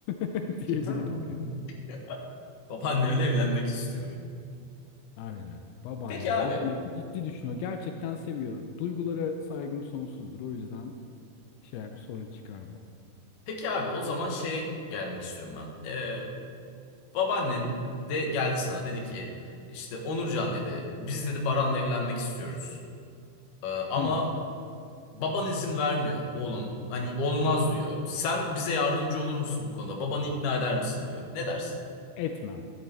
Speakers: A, on the left (about 85°); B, on the left (about 65°).
A: <laughs> diyebilirim
B: <laughs>
A: yani.
B: Babaannemle
A: Hı.
B: evlenmek istiyor.
A: Aynen. Babaannemle
B: Peki abi.
A: demek ki ciddi düşünüyor. Gerçekten seviyor. Duygulara saygım sonsuzdur. O yüzden şey bir sorun çıkarmam.
B: Peki abi o zaman şey gelmek istiyorum ben. Ee, babaannen de geldi sana dedi ki işte Onurcan dedi biz dedi Baran'la evlenmek istiyoruz. Ee, ama
A: Hı.
B: baban izin vermiyor oğlum. Hani olmaz diyor. Sen bize yardımcı olur musun bu konuda? Babanı ikna eder misin diyor. Ne dersin?
A: Etmem.